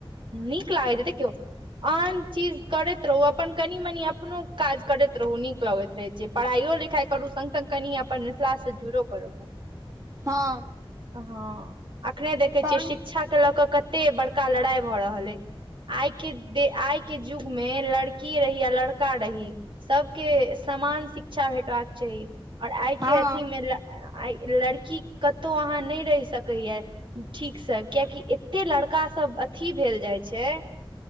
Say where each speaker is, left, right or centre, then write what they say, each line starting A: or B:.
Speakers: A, on the right (about 60°); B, on the right (about 35°).
A: नीक लागै छै देखियौ आन चीज करैत रहू अपन कनि मनी अपनो काज करैत रहू नीक लगैत रहै छै पढ़ाइयो लिखाई करू संग संग कनि अपन मिथिला स जुइड़ो कऽ रहू।
B: हँ
A: हँ, अखने देखै
B: तहन
A: छियै शिक्षाके लऽ कऽ कत्ते बड़का लड़ाई भऽ रहल अइ आइ के दे आइ के जुग में लड़की रही या लड़का रही सबके समान शिक्षा भेटबाक चाही आऔर आइ
B: हँ
A: के अथी में ल आइ लड़की कतौ अहाँ नहि रहि सकैया ठीकसै कियैकि एत्ते लड़का सब अथी भेल जाइ छै